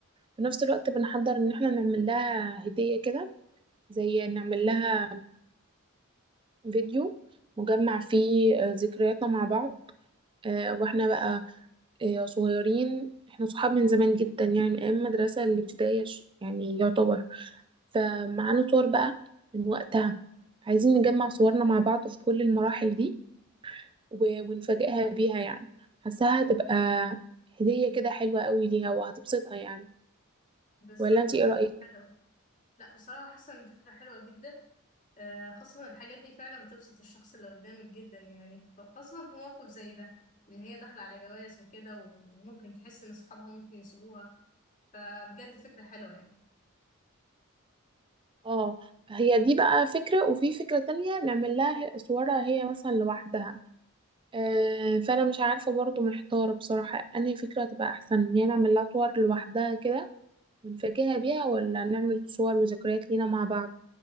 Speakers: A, on the right; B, on the left.
A: في نفس الوقت بنحضر ان احنا نعمل لها هدية كده زي نعمل لها فيديو مجمع فيه آه، ذكرياتنا مع بعض آه، واحنا بقى آه، صغيرين احنا صحاب من زمان جدا يعني من ايام المدرسة الابتدائية ش- يعني يعتبر فمعانا صور بقى من وقتها عايزين نجمع صورنا مع بعض في كل المراحل دي و- ونفاجئها بيها يعني حاساها هتبقى هدية كده حلوة قوي ليها وهتبسطها يعني
B: بالظبط
A: ولا انت ايه رأيك
B: حلو لا بصراحة حاسة ان الفكرة حلوة جدا آه، خاصة إن الحاجات دي فعلا بتبسط الشخص اللي قدامك جدا يعني خاصة في موقف زي ده ان هي داخلة على جواز وكده وممكن تحس ان صحابها ممكن يسيبوها فبجد فكرة حلوة يعني.
A: اه هي دي بقى فكرة وفي فكرة تانية نعمل لها صورها هي مثلا لوحدها آه، فانا مش عارفه برضو محتاره بصراحه انهي فكره تبقى احسن ان هي نعمل لها صور لوحدها كده ونفاجئها بيها ولا نعمل صور وذكريات لينا مع بعض